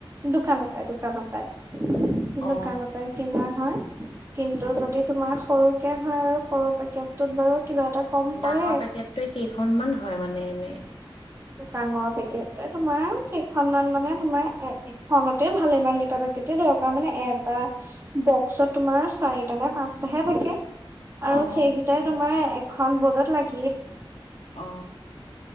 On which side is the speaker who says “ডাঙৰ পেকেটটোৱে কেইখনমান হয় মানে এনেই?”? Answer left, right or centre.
Left